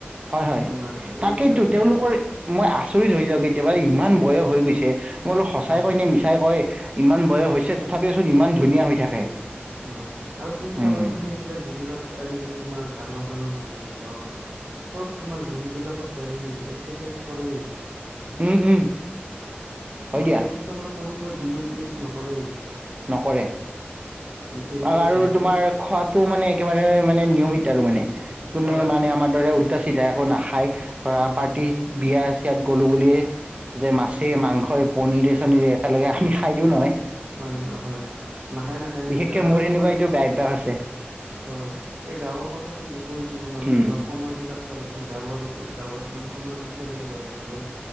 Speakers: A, on the right; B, on the right.
A: হয়-হয়,
B: তোমাৰ এইবিলাকে
A: তাকেইতো তেওঁলোকৰ
B: ব
A: মই আচৰিত হৈ যাওঁ দেই একেবাৰে ইমান বয়স হৈ গৈছে। মই বোলো সঁচাই
B: অ
A: কয় নে মিছাই কয়? ইমান বয়স হৈছে তথাপিওচোন ইমান ধুনীয়া হৈ থাকে।
B: হয় আৰু তুমি চাবাচোন
A: উম
B: সেইবিলাক যিবিলাক আজিকালি তোমাৰ ডাঙৰ ডাঙৰ মানুহ চব তোমাৰ জিম বিলাকত যায় এক্সাৰচাইজ কৰে
A: উম উম
B: তোমাৰ
A: হয় দিয়া
B: সেইটো তাৰ মানে কৰিবই দিনত মিচ নকৰে
A: নকৰে
B: তেনেকুৱা
A: আৰু
B: টাইপ
A: তোমাৰ
B: মানে
A: খোৱাতটো মানে একেবাৰে মানে নিয়মিত আৰু মানে কোনোনে
B: হয়
A: মানে আমাৰ দৰে উল্টা চিধা এক নাখায় ধৰা
B: নাখায়
A: পাৰ্টি বিয়া চিয়াত গলো বুলিয়ে যে মাছে
B: হয়
A: মাংস পনিৰৰে একেলগে আমি খাই দিওঁ নহয়
B: হয় নাখায় নাখায় সেইবিলাক
A: বিশেষকে
B: আৰু
A: মোৰ সেনেকুৱা
B: তোমাৰ
A: এইটো বেয়া অভ্যাস আছে
B: হয় এই গাঁৱৰ কথাতটো যি কৈছিলো মানে
A: উম
B: তোমাৰ সময় বিলাক চাবচোন গাঁৱৰোতো গাঁৱত মানে সময়বোৰ কেনেকে বাগৰি গ'ল